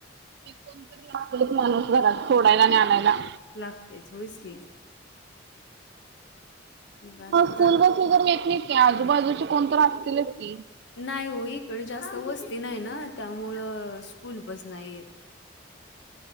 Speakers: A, on the right; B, on the left.
A: मग कोणतरी लागतयच माणूस घरात सोडायला आणि आणायला
B: लागतयच होयच की मग आता
A: ह स्कूल
B: जात
A: बस वगर नेत्यात की आजूबाजूची कोणत असतीलच की
B: नाही ओ इकडं जास्त वस्ती नाही ना त्यामुळं स्कूल बस नाही येत